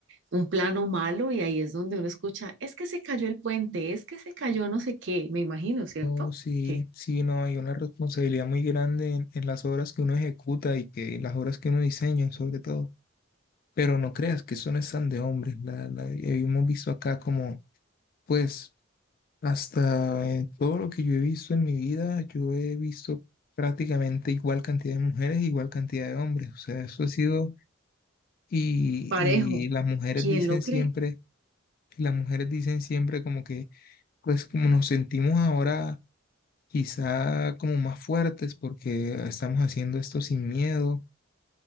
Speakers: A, on the right; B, on the left.
A: un plano malo y ahí es donde uno escucha, es que se cayó el puente, es que se cayó no sé qué, me imagino, ¿cierto?
B: No, sí,
A: Que
B: sí, no, hay una responsabilidad muy grande en, en las obras que uno ejecuta y que y las obras que uno diseña, sobre todo. Pero no creas que eso no es tan de hombres. La, la- hemos visto acá como, pues, hasta eh, todo lo que yo he visto en mi vida, yo he visto prácticamente igual cantidad de mujeres, igual cantidad de hombres. O sea, eso ha sido Y,
A: parejo,
B: y las mujeres
A: ¿quién
B: dicen
A: lo cree?
B: siempre, y las mujeres dicen siempre como que, pues como nos sentimos ahora quizá como más fuertes porque estamos haciendo esto sin miedo